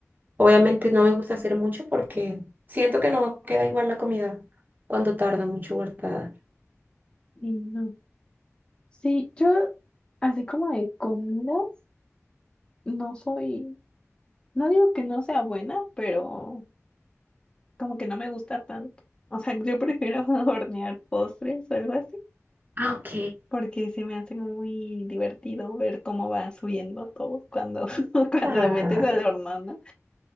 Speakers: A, on the right; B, on the left.
A: Obviamente no me gusta hacer mucho porque siento que no queda igual la comida cuando tarda mucho guardada.
B: Uy, no. Sí, yo así como de comidas, No soy... No digo que no sea buena, pero como que no me gusta tanto. O sea, yo prefiero <laughs> hornear postres o algo así.
A: Ah, ok.
B: porque se me hace muy divertido ver cómo va subiendo todo cuando, <laughs> cuando
A: Ah,
B: lo metes al horno, ¿no?